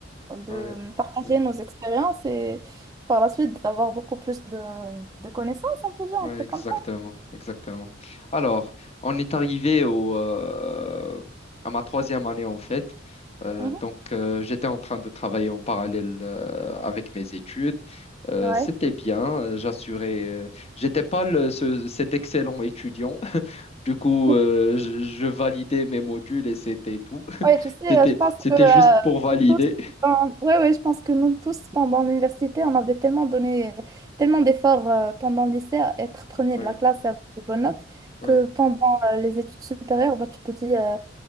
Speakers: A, on the right; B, on the left.
A: de
B: ouais,
A: partager
B: ouais,
A: nos expériences et par la suite d'avoir beaucoup plus de, de connaissances, on peut dire,
B: ouais,
A: un truc
B: exactement,
A: comme ça.
B: exactement. Alors, on est arrivé au, euh, à ma troisième année en fait. Euh,
A: Mhm.
B: donc, euh, j'étais en train de travailler en parallèle euh, avec mes études. Euh,
A: Ouais.
B: c'était bien, euh, j'assurais. euh, j'étais pas le- ce- cet excellent étudiant. <laughs> Du coup,
A: <laughs>
B: euh, je, je validais mes modules et c'était tout. <laughs>
A: Ouais, tu sais,
B: C'était,
A: euh, je pense
B: c'était
A: que euh,
B: juste pour valider.
A: nous tous, pendant- ouais, ouais, je pense que nous tous, pendant l'université, on avait tellement donné, tellement d'efforts euh, pendant le lycée à être premier
B: Ouais,
A: de la classe et avoir de bonnes notes,
B: ouais.
A: que pendant euh, les études supérieures, bah, tu te dis, euh,